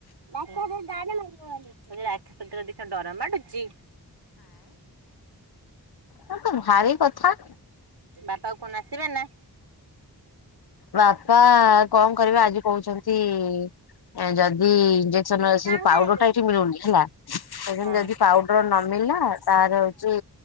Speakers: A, on the right; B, on the left.
A: ଦାନ୍ତ ରେ ଦାଢି ମାରୁ ରେ ଆଖି ପତଟା ଦେଖା ଡର ମାଡ଼ୁଚି।
B: ତରତ ଭାରି କଥା।
A: ବାପା କଣ ଆସିବେନା।
B: ବାପା କଣ କରିବେ ଆଜି କହୁଛନ୍ତି ଯଦି ଯଦି ଇଜସନ୍ ସେ
A: ତାଙ୍କ
B: ଯୋଉ ପାଉଡର
A: ଆଇଲେ।
B: ଟା ଏଠି ମିଳୁନି ହେଲା କୋଉଚନ୍ତି
A: ହଁ।
B: ଯଦି ପାଉଡର ନ ମିଳିଲା ତା ତାରେ ହଉଚି